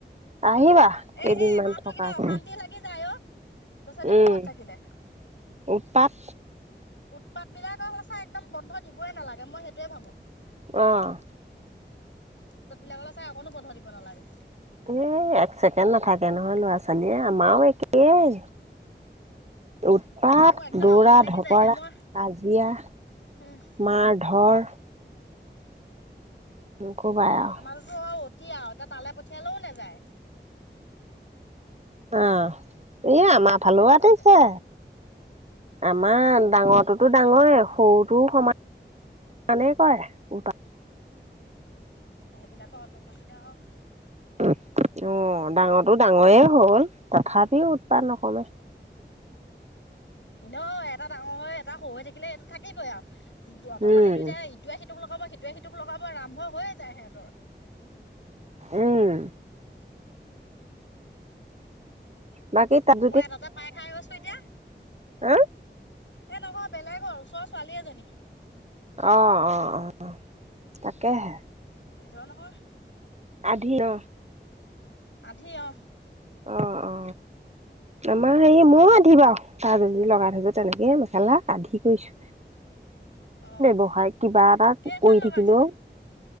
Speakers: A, on the right (about 35°); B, on the left (about 80°).
A: আহিবা
B: অহ,
A: কেইদিনমান
B: এ, এ, এমাহটো
A: থকাকে
B: কিবা অশান্তি লাগি যায় অ'। ল'ৰা-ছোৱালীবোৰ
A: উম
B: ঘৰত থাকিলে।
A: উৎপাত।
B: উৎপাতবিলাকৰ সঁচা একদম বন্ধ দিবই নালাগে মই সেইটোৱে ভাবো।
A: অ'।
B: <unintelligible> বিলাকলে চাই অকণো বন্ধ দিব নালাগে।
A: উম, একচেকেণ্ড নাথাকে নহয় ল'ৰা-ছোৱালীয়ে। আমাৰো একেই। উৎপাত,
B: মোৰ একদম
A: দৌৰা-ধপৰা,
B: আমনি লাগি যায়গে মই
A: কাজিয়া
B: উম
A: মাৰ-ধৰ। নকবাই আৰু
B: আমাৰতোটো অতি আৰু এতিয়া তালৈ পঠিয়ালেও নাযায়।
A: অ', ই আমাৰ ফালেও
B: ইমানকে
A: আতিছে। আমাৰ ডাঙৰটোতো ডাঙ নয় সৰুটোও সমানানেই কয় উপাত
B: সেইবিলাকৰ অট'পালি আও
A: অ ডাঙৰটো ডাঙৰে হ'ল তথাপিও উৎ পাত নকমে।
B: ন এটা ডাঙৰ হৈ এটা হৈ হৈ থাকিলে এইটো থাকিবই আও। দোৱাত
A: উম
B: পালি দুটাই ইটোৱে সিটোক লগাব সিটোৱে সিটোক লগাব আৰম্ভ হৈয়ে যায় সেহঁতৰ।
A: উম। বাকী তাত
B: মই এটাতে পাই খাই গৈছো এতিয়া
A: <unintelligible>
B: এ নহয় বেলেগৰ ওচৰ ছোৱালী এজনী।
A: অ', অ', অ', তাকেহে।
B: নিজৰ নহয়।
A: আধি ন
B: আধি অ।
A: অ অ। আমাৰ হেই ময়ো আধি বা তাৰ যদি লগাই থৈছো তেনেকে মেখেলা আধি কৰিছো।
B: অ
A: ব্যৱহাৰ কিবা এটা
B: কেইখন
A: কৰি
B: লগাইছিলে
A: থাকিলে।